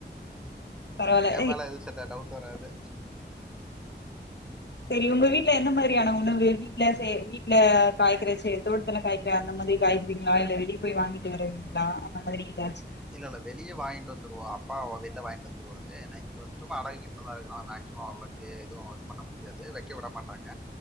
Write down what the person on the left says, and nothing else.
பரவால்ல
செரி உங்க வீட்ல எந்த மாரியான உணவு வீட்ல செ வீட்ல காய்கறச்சே தோட்டத்துல காய்கற அந்த மாரி காய்கறீங்ளா இல்ல வெளிய போய் வாங்கிட்டு வருவீங்ளா அந்த மாரி எதாச்சு